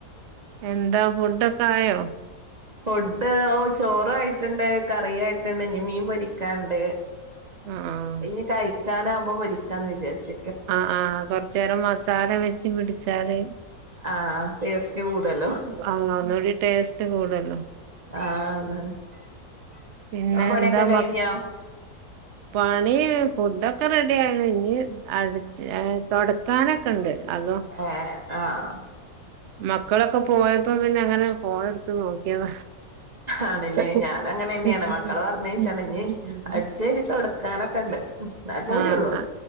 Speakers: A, on the right (about 75°); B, on the right (about 30°).
A: എന്താ ഫുഡൊക്കായോ?
B: ഫുഡ്‌ ഓഹ് ചോറായിട്ടുണ്ട് കറിയായിട്ടുണ്ട് ഇനി മീൻ പൊരിക്കാണ്ട്
A: ആഹ്
B: അത് ഇഞ് കഴിക്കാനാവുമ്പോ പൊരിക്കാന്ന് വിചാരിച്ച്
A: ആഹ് ആഹ് കൊറച്ചേരം മസാല വെച്ച് പിടിച്ചാല്
B: ആഹ് ടേസ്റ്റ് കൂടുവല്ലോ?
A: ആഹ് ഒന്നൂടി ടേസ്റ്റ് കൂടുവല്ലോ
B: ആഹ് അതാണ് ഇങ്ങളെ
A: പിന്നെ
B: പണിയൊക്കെ
A: എന്താ
B: കഴിഞ്ഞോ?
A: മക് പണി ഫുഡൊക്കെ റെഡിയായിണ് ഇഞ്ഞ് അടച്ച് തൊട ക്കാനൊക്കെണ്ട് അകം
B: ഏഹ് ആഹ്
A: മക്കളൊക്കെ പോയപ്പോ പിന്നെ അങ്ങനെ ഫോണ് എടുത്ത് നോക്കിയത
B: ആണ്ല്ലേ?
A: നോക്കിയതാ
B: ഞാനങ്ങനെ തന്നെയാണ് മക്കളെ പറഞ്ഞയച്ചാണ്ട് ഇഞ്ഞ് അടിച്ചരി തൊടക്കാനൊക്കെണ്ട് അഹ് കൂടിയൊള്ളൂ
A: ആഹ്